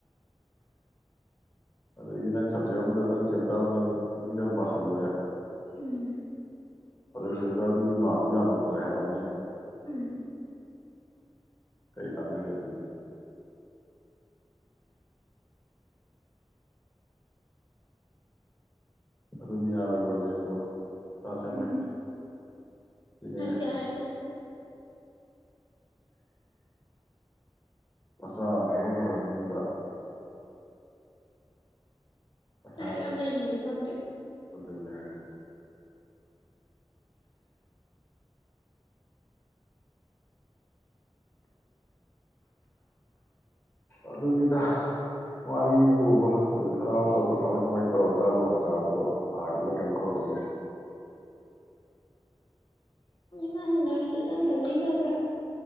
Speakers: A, on the left (about 20°); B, on the left (about 55°).
A: ꯑꯗꯒꯤ ꯅꯪ ꯁꯞꯖꯦꯛ ꯑꯃꯗ ꯅꯪ ꯆꯦꯞꯇꯔ ꯑꯃ ꯅꯪ ꯄꯨꯛꯅꯤꯡ ꯆꯪꯅ ꯄꯥꯁꯤꯜꯂꯨꯔꯦ
B: ꯎꯝ
A: ꯑꯗꯨ ꯆꯦꯞꯇꯔ ꯑꯗꯨꯒꯤ ꯃꯥꯔꯛꯇꯨ ꯌꯥꯝꯃꯝꯗ꯭ꯔꯦ ꯍꯥꯏꯔꯣꯅꯦ
B: ꯎꯝ
A: ꯀꯩ ꯀꯥꯥꯟꯅꯒꯦ ꯑꯗꯨꯗꯤ ꯑꯗꯨꯅꯤ ꯌꯥꯔꯣꯏ ꯕꯖꯦꯟꯗꯣ ꯁꯥ ꯁꯦꯝ
B: ꯎꯝ
A: ꯍꯩꯇꯦ ꯑꯗꯨꯅꯦ
B: ꯍꯩꯇꯦ ꯍꯩꯇꯦ
A: ꯃꯆꯥꯅ ꯊꯕꯛ ꯇꯧꯍꯟꯅꯤꯡꯉꯤꯕ ꯄꯩꯁꯥ
B: ꯂꯥꯏꯔꯤꯛ ꯑꯝ ꯂꯩꯅꯤꯗꯤ ꯈꯪꯗꯦ
A: ꯑꯗꯨꯅꯦ ꯍꯥꯏꯁꯦ ꯑꯗꯨꯅꯤꯗ ꯋꯥꯔꯤꯕꯨꯕ ꯑꯗꯨ ꯅꯅꯥꯎꯄꯥꯗꯣ ꯀꯃꯥꯏ ꯀꯃꯥꯏꯅ ꯇꯧꯔꯖꯥꯠꯅꯣ ꯑꯦꯛꯖꯥꯝꯗꯣ ꯊꯥꯈꯤꯕ ꯀꯩꯝ ꯇꯧꯕꯅꯤ
B: ꯅ ꯅꯔꯁꯇꯨ ꯏꯇꯝ ꯇꯝꯅꯤꯡꯗꯕ꯭ꯔꯥ